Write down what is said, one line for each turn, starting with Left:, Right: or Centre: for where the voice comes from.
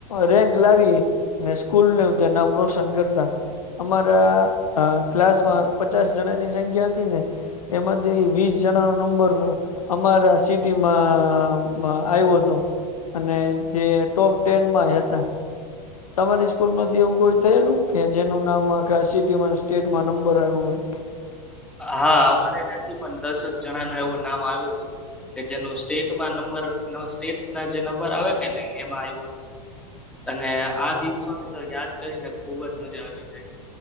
Left: રેન્ક લાવી ને સ્કૂલને ધ નામ રોશન કરતા અમારા અ ક્લાસમાં પચાસ જણાની જગ્યા હતી ને એમાંથી વીસ જણા નો નંબર અમારા સિટીમાં માં આવ્યો હતો. અને જે ટોપ ટેનમાંય હેતા. તમારી સ્કૂલમાંથી એવું કોઈ થયેલું કે જેનું નામ આખા સિટીમાં સ્ટેટમાં નંબર આવ્યું હોય.
Centre: હા અમારે ત્યાથી પણ દસ જ જણા નુ એવું નામ આયુ તુ કે જેનું સ્ટેટમાં નંબર સ્ટેટ ના જે નંબર આવે કે નઈ એમાં આવ્યું હતું. અને આ દિવસોની તો યાદ કરીને ખુબજ મજા આવી જાય